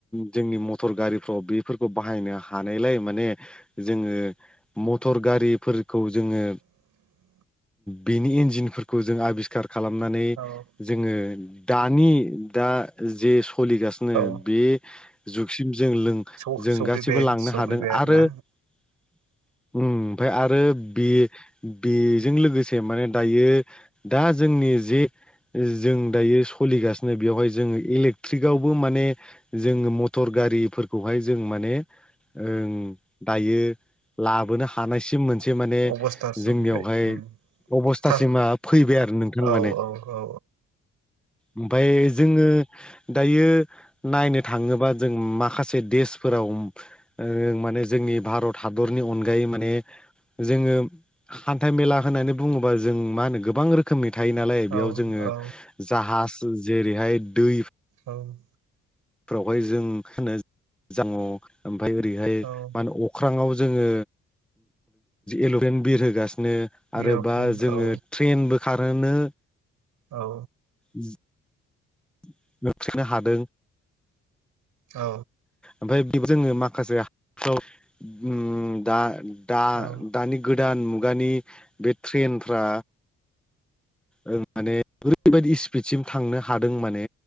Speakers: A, in the centre; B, on the right (about 70°).
A: जोंनि मथर गारिफ्राव बेफोरखौ बाहायनो हानायलाय माने ज जोङो मटर गारिफोरखौ जोङो
B: <unintelligible>
A: बेनि इन्जिनफोरखौ जों आबिस्खार खालामनानै
B: औ
A: जोङो दानि दा जे सोलिगासिनो
B: औ
A: बे जुगसिम जों लों
B: सौ
A: जों
B: सौफैबाय
A: गासिबो लांनो
B: सौफैबाय
A: हादों
B: आरोना
A: आरो उम ओमफाय आरो बे बेजों लोगोसे माने दायो दा जोंनि जे जों दायो सलिगासिनो बेवहाय जोङो इले एट्रिकआवबो माने जोङो मटर गारिफोरखौहाय जों माने ओ दायो लाबोनो हानायसिम मोनसे माने
B: अबस्थार सफैबाय
A: जोंनियावहाय
B: उम
A: अबस्थासिमा
B: थाब
A: फैबाय आरो नोंथां
B: औ
A: माने
B: औ औ
A: ओमफाय जोङो दायो नायनो थाङोबा जों माखासे देसफोराव ओ माने जोंनि बे भारत हादरनि अनगायै माने जोङो हान्थाइ मेला होननानै बुङोबा जों मा होनो गोबां रोखोमनि थायो नालाय
B: औ
A: बेयाव जोङो
B: औ
A: जाहाज जेरैहाय दै
B: औ
A: फोरावहाय जों मा होनो जाङ ओमफफ्राय ओरैहाय
B: औ
A: मा होनो अख्रांआव जोङो एल'फेन बिरहोगासिनो नो आरोबा
B: एर'प्लेन
A: जोङो
B: औ
A: ट्रेनबो खारहोनो
B: औ
A: <unintelligible> मिथ्रिकनो हादों
B: औ
A: आमफाय जोङो माखासे <unintelligible> उम दा दा
B: औ
A: दानि गोदो गोदान मुगानि बे ट्रेनफ्रा ओ माने ओरैबायदि स्पिडसिम थांनो हादों माने